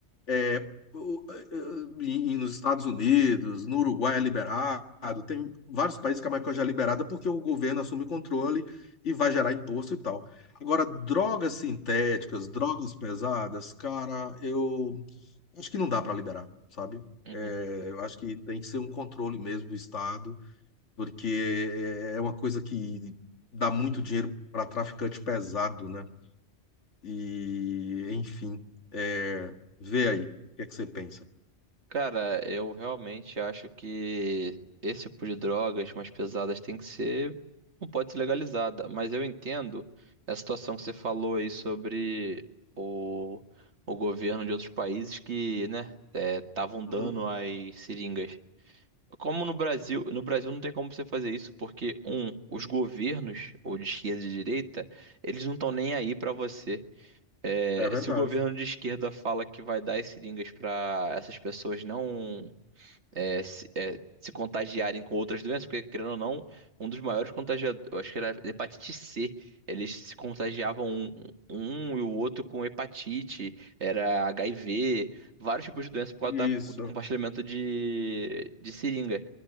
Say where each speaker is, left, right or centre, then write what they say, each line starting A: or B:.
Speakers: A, on the left; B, on the right.
A: É, o- eh, e- e nos Estados Unidos, no Uruguai é liberado, tem vários países que a maconha já é liberada porque o governo assume o controle e vai gerar imposto e tal. Agora, drogas sintéticas, drogas pesadas, cara, eu acho que não dá para liberar, sabe?
B: Uhum.
A: Eh, eu acho que tem que ser um controle mesmo do Estado, porque é uma coisa que dá muito dinheiro para traficante pesado, né? E, enfim, eh, vê aí, o que é que você pensa?
B: Cara, eu realmente acho que esse tipo de drogas mais pesadas tem que ser, não pode ser legalizada, mas eu entendo a situação que você falou aí sobre o, o governo de outros países que, né, estavam dando
A: Uhum.
B: as seringas. Como no Brasil, no Brasil não tem como você fazer isso, porque, um, os governos, ou de esquerda e de direita, eles não estão nem aí pra você. É,
A: É verdade.
B: se o governo de esquerda fala que vai dar as seringas para essas pessoas não é, se, é, se contagiarem com outras doenças, porque, querendo ou não, um dos maiores contagiadores, eu acho que era hepatite C, eles se contagiavam um, um e o outro com hepatite, era HIV, vários tipos de doenças por
A: Isso,
B: causa da- do compartilhamento de, de seringa.